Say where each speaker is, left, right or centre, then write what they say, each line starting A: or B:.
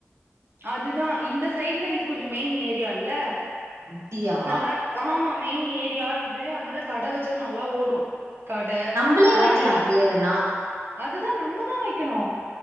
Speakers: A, on the right; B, on the right.
A: அதுதா இந்த சைடு்ல இது கொஞ்ச மெயின் ஏரியால்ல
B: அப்டியா
A: நல்லா ஆமா மெயின் ஏரியா இது அனால கட வச்சா நல்லா ஓடு கட
B: நம்மளே
A: வாடக
B: வைக்கலாம் அதுக்கு எதனா
A: அதுதா நம்மதா வைக்கணு